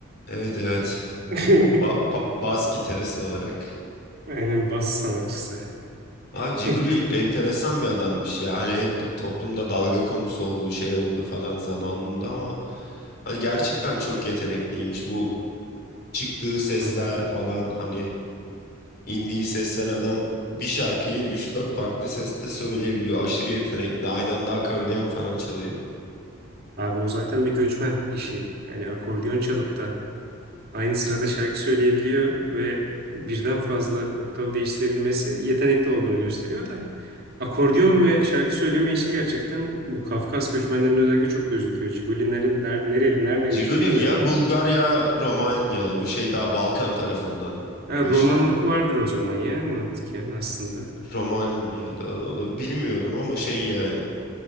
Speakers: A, on the left (about 50°); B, on the right (about 50°).
A: Evet evet.
B: <laughs>
A: Ba pa- bas gitarist olarak.
B: Aynen bas sanatçısı.
A: Abi Ciguli
B: <laughs>
A: enteresan bir adammış ya. Hani hep toplumda dalga konusu oldu, şey oldu falan zamanında ama hani gerçekten çok yetenekliymiş. Bu çıktığı sesler
B: Hı.
A: falan hani indiği sesler adam bir şarkıyı üç dört farklı seste söyleyebiliyor. Aşırı yetenekli. Aynı anda akordeon falan çalıyor.
B: Abi o zaten bir göçmen işi. Yani akordeon çalıp da aynı sırada şarkı söyleyebiliyor ve birden fazla oktav değiştirebilmesi yetenekli olduğunu gösteriyor da akordeon ve şarkı söyleme işi gerçekten bu Kafkas göçmenlerinin özellikle çok gözüküyor. Cigolilerin ner nereli nereden
A: Ciguli
B: göçme bilmiyorum
A: ya
B: ama
A: Bulgar ya Romanya. Bu şey daha Balkan tarafından
B: ha,
A: göçmen.
B: romanlık vardır o zaman ya mantıken aslında.
A: Romanya'da olabilir. Bilmiyorum ama şey yani.